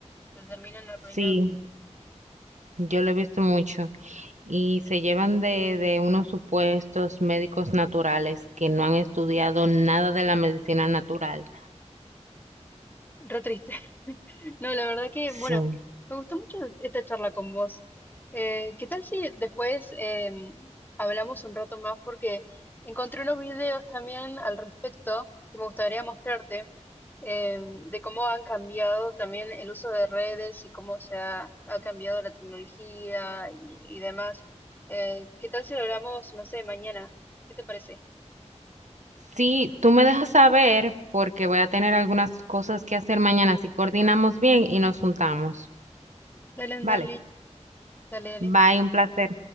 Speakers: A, on the left (about 15°); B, on the right (about 80°).
A: se terminan arruinando.
B: sí. Yo lo he visto mucho. Y se llevan de, de unos supuestos médicos naturales que no han estudiado nada de la medicina natural.
A: Re triste. <laughs> No, la verdad que,
B: Sí.
A: bueno, me gustó mucho esta charla con vos. Eh, ¿qué tal si después em, hablamos un rato más? Porque encontré unos videos también al respecto que me gustaría mostrarte. em, de cómo han cambiado también el uso de redes y cómo se ha, ha cambiado la tecnología y, y demás. Eh, ¿qué tal si lo hablamos, no sé, mañana? ¿Qué te parece?
B: Sí, tú me dejas saber porque voy a tener algunas cosas que hacer mañana. Si coordinamos bien y nos juntamos.
A: Dale, Anderly,
B: Vale.
A: dale, dale.
B: Bye, un placer.